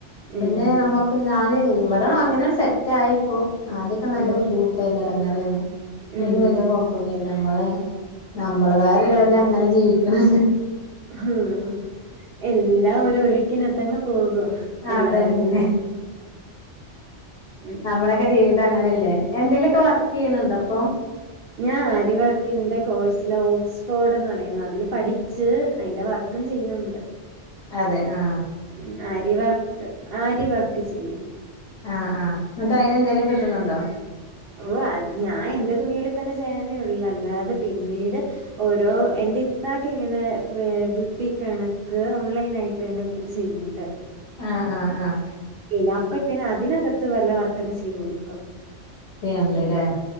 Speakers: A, on the right; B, on the left.
A: ഉം
B: പിന്നെ നമ്മ ക്ക് ഞാന് ഇവിടെ അങ്ങനെ സെറ്റായിപ്പോ. ആദ്യൊക്കെ നല്ല
A: ഉം
B: ബുദ്ധിമുട്ടെര്ന്നു എടങ്ങേറേര്ന്നു.
A: ഉം
B: ഇല്ല വല്യ കൊഴപ്പൊന്നില്ല നമ്മള് നമ്മള്തായ ഒരു ലെവലില് അങ്ങനെ ജീവിക്കണണ്ട്
A: ഹും എല്ലാം ഒരു ഒഴുക്കിനോത്തങ്ങ് പോകും എല്ലാവരും
B: അതന്നെ
A: മം
B: നമ്മളൊക്കെ ജീവിതം അങ്ങനെയല്ലേ എന്തേലൊക്കെ വർക്ക്യ്യ്ന്ണ്ടോ ഇപ്പം
A: ഞാൻ ആരിവർക്കിന്റെ കോഴ്സില ഓക്സ് സ്ഫോഡ്ന്ന് പറയുന്ന. അതില് പഠിച്ച് അയിന്റെ വർക്കും ചെയ്യുന്ന്ണ്ട്.
B: അതെ ആ..
A: ഉം അരി വർക്ക് ആരി വർക്ക് ചെയ്യും.
B: ആഹ്... ആഹ് ന്നട്ട് അയിന് എന്തേലും കിട്ട്ണ് ണ്ടോ
A: ഓ അത് ഞാൻ എന്റെ തുണികളിൽ തന്നെ ചെയ്യാനേ ഉള്ളൂ അല്ലാതെ പിന്നീട് ഓരോ എന്റെ ഇത്താക്ക് ഇങ്ങനെ ബ് ബുട്ടിക്ക് ആണ് ക്ക് ഓൺലൈൻ ആയി ഇത് ചെയ്യുന്ന്ണ്ട്
B: ആഹ്- ആഹ്- ആഹ്
A: ഇല്ല അപ്പ ഇതിന അതിനകത്ത് വല്ല വർക്കൊക്കെ ചെയ്ത് കൊടുക
B: ചെയ്യണ്ടല്ലേ